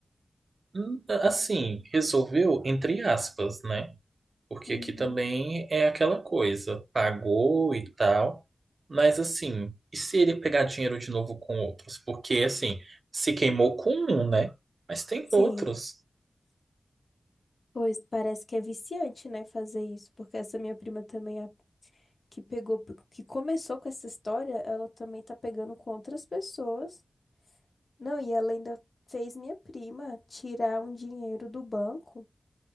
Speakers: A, on the right; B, on the left.
A: Hum, Assim, resolveu entre aspas, né? Porque
B: Uhum.
A: aqui também é aquela coisa, pagou e tal, mas assim, e se ele pegar dinheiro de novo com outros? Porque assim, se queimou com um, né? Mas tem
B: Sim,
A: outros.
B: pois parece que é viciante, né, fazer isso, porque essa minha prima também que pegou, que começou com essa história, ela também tá pegando com outras pessoas. Não, e ela ainda fez minha prima tirar um dinheiro do banco